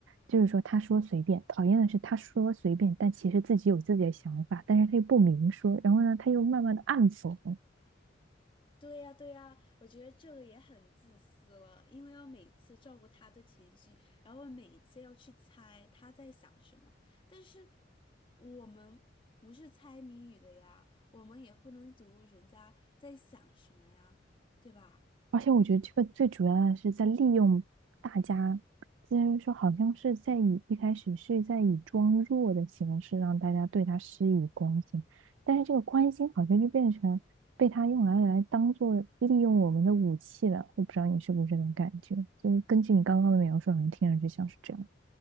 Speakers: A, on the right; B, on the left.
A: 就是说他说随便，讨厌的是他说随便，但其实自己有自己的想法，但是他又不明说，然后呢，他又慢慢的暗讽。
B: 对呀，对呀，我觉得这个也很自私了，因为要每次照顾他的情绪，然后每一次要去猜他在想什么。但是我们不是猜谜语的呀，我们也不能读人家在想什么呀，对吧？
A: 而且我觉得这个最主要的是在利用大家，就是说好像是在以一开始是在以装弱的形式让大家对他施以关心，但是这个关心好像就变成被他用来来当做利用我们的武器了。我不知道你是不是这种感觉，就是根据你刚刚的描述，好像听上去像是这样。